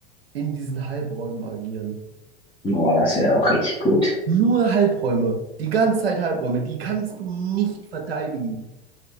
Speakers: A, on the right (about 80°); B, on the left (about 15°).
A: in diesen Halbräumen agieren.
B: Boah, das wäre auch richtig gut.
A: Nur Halbräume, die ganze Zeit Halbräume, die kannst du nicht verteidigen.